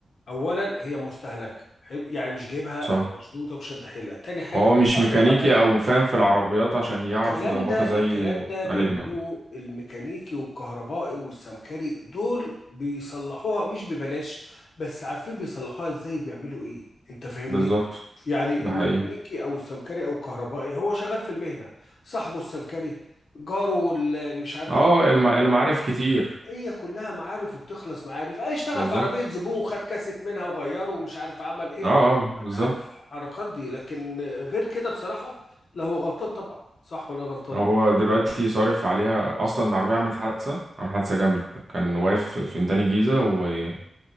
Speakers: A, on the left (about 65°); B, on the right (about 45°).
A: اولا هي مستهلكه حلو يعني مش جايبها
B: صح
A: مشدوده وشد حيلها تاني حاجه
B: وهو
A: قطع
B: مش ميكانيكي
A: غيارها غاليه
B: او فاهم في العربيات عشان يعرف
A: الكلام
B: يظبطها
A: ده
B: زي
A: الكلام ده بيعملوه
B: قريبنا
A: الميكانيكي والكهربائي والسمكري دول بيصلحوها مش ببلاش بس عارفين بيصلحوها ازاي وبيعملوا ايه انت فاهمني
B: بالظبط
A: يعني
B: ده
A: الميكانيكي
B: حقيقي
A: او السمكري او الكهربائي هو شغال في المهنة صاحبه السمكري جاره ال- مش عارف
B: اه
A: ايه
B: الم... المعارف كتير
A: هي كلها معارف وبتخلص معارف اه اشتغل
B: بالظبط
A: في عربية زبون وخد كاسيت منها وغيره ومش عارف عمل ايه
B: اه اه بالظبط
A: انت عارف الحركات دي لكن غير كده بصراحة لا هو غلطان طبعا صح ولا غلطان
B: هو دلوقتي صارف عليها اصلا العربيه عملت حادثه عملت حادثه جامده كان واقف في ميدان الجيزه و...